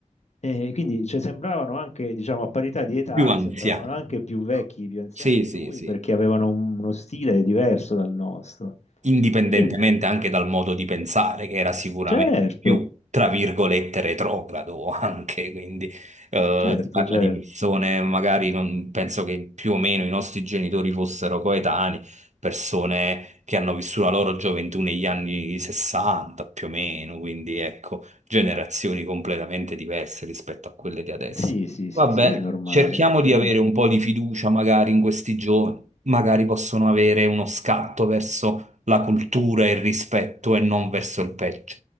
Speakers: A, on the left; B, on the right.
A: e quindi cioè, sembravano anche, diciamo, a parità di età,
B: Più anziano.
A: sembravano anche più vecchi, più anziani
B: Sì,
A: di
B: sì,
A: noi,
B: sì
A: perché avevano un- uno stile diverso dal nostro.
B: indipendentemente
A: Quindi,
B: anche dal modo di pensare, che era sicuramente
A: certo,
B: più, tra virgolette, retrogrado <laughs> anche, quindi eh,
A: certo,
B: si parla
A: certo.
B: di persone, magari non, penso che più o meno i nostri genitori fossero coetanei, persone che hanno vissuto la loro gioventù negli anni 60, più o meno, quindi ecco, generazioni completamente diverse rispetto a quelle di adesso.
A: Sì, sì, sì,
B: Vabbè,
A: sì, è normale.
B: cerchiamo di
A: Ogni-
B: avere un po' di fiducia magari in questi giovani, magari possono avere uno scatto verso la cultura e il rispetto e non verso il peggio.